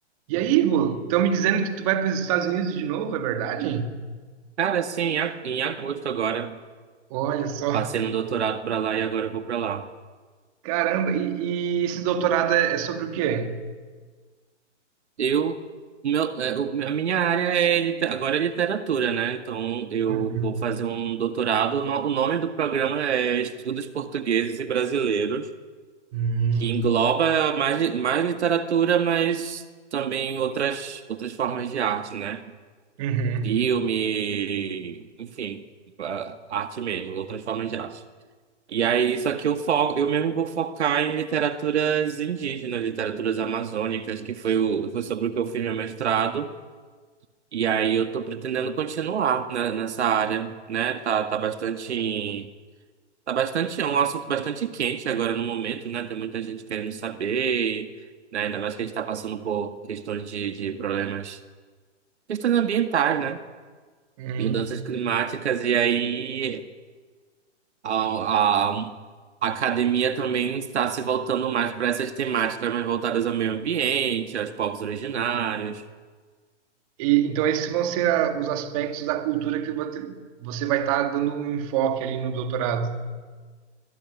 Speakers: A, on the right; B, on the right.
A: E aí, Rô, estão me dizendo que tu vai para os Estados Unidos de novo, é verdade?
B: Cara, assim, em ag- em agosto agora,
A: Olha só.
B: passei no doutorado pra lá e agora eu vou pra lá.
A: Caramba, e, e esse doutorado é, é sobre o quê?
B: Eu, o meu, é, o- a minha área é, lite- agora é literatura, né? Então eu
A: Uhum.
B: vou fazer um doutorado. O no- o nome do programa é Estudos Portugueses e Brasileiros,
A: Uhum.
B: que engloba mais, li- mais literatura, mas também outras, outras formas de arte, né?
A: Uhum.
B: Filme, enfim, a- arte mesmo, outras formas de arte. E aí, só que eu foco, eu mesmo vou focar em literaturas indígenas, literaturas amazônicas, que foi, o, foi sobre o que eu fiz meu mestrado. E aí eu tô pretendendo continuar né, nessa área, né? Tá, tá bastante, tá bastante, é um assunto bastante quente agora no momento, né? Tem muita gente querendo saber, né? Ainda mais que a gente tá passando por questões de, de problemas, questões ambientais, né?
A: Uhum.
B: Mudanças climáticas, e aí A, a- a academia também está se voltando mais para essas temáticas mais voltadas ao meio ambiente, aos povos originários.
A: E, então, esses vão ser a- os aspectos da cultura que vo- você vai estar dando um enfoque ali no doutorado.